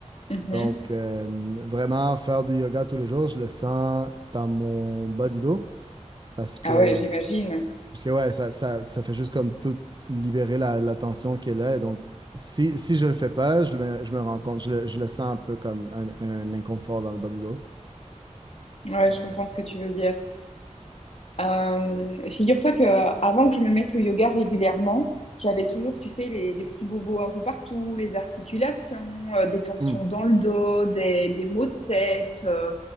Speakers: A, on the left; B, on the right.
A: mhm.
B: Donc, euh, vraiment, faire du yoga tous les jours, je le sens dans mon bas du dos. Parce que,
A: Ah ouais, j'imagine.
B: parce que ouais, ça, ça, ça fait juste comme tout libérer la, la tension qui est là. Et donc, si, si je le fais pas, je me, je me rends compte, je le, je le sens un peu comme un, un inconfort dans le bas du dos.
A: Ouais,
B: Ben
A: je comprends
B: ouais.
A: ce que tu veux dire. Euh, figure-toi que euh, avant que je me mette au yoga régulièrement, j'avais toujours, tu sais, les, des petits bobos un peu partout, les articulations, euh, des tensions
B: Hmm.
A: dans
B: <laughs>
A: le dos, des, des maux de tête. euh,